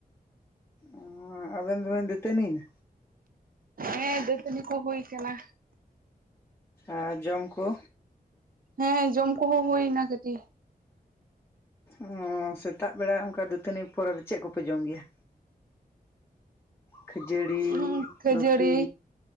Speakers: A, on the left (about 15°); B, on the right (about 65°).
A: ᱚᱸ ᱟᱵᱮᱱ ᱫᱚᱵᱮᱱ ᱫᱟ. ᱛᱟᱹᱱᱤᱭᱮᱱᱟ?
B: ᱦᱮᱸ ᱫᱟᱹᱛᱟᱹᱱᱤ ᱠᱚ ᱦᱩᱭ ᱠᱟᱱᱟ᱾
A: ᱟᱨ ᱡᱚᱢᱠᱳ
B: ᱦᱮᱸ ᱡᱚᱢ ᱠᱚᱦᱚᱸ ᱦᱩᱭ ᱮᱱᱟ ᱠᱟᱹᱴᱤᱡ
A: ᱚ ᱥᱮᱛᱟᱜ ᱵᱮᱲᱟ ᱚᱝᱠᱟ ᱫᱟᱹᱛᱟᱹᱱᱤ ᱯᱚᱨᱮ ᱫᱚ ᱪᱮᱫ ᱠᱚᱯᱮ ᱡᱚᱢ ᱜᱮᱭᱟ᱾ ᱠᱷᱟᱹᱡᱟᱹᱲᱤ
B: ᱦᱩᱸ ᱠᱷᱟᱹᱡᱟᱹᱲᱤ
A: ᱨᱩᱴᱤ